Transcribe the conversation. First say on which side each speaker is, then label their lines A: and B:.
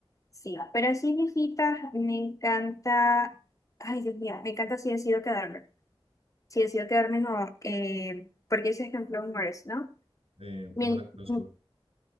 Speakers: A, on the left; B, on the right.
A: sí, pero así viejitas, me encanta. Ay, Dios mío, me encanta si decido quedarme. si decido quedarme no, eh, porque ese es en Flow ¿no?
B: eh, no
A: Bien,
B: la conozco.
A: mm,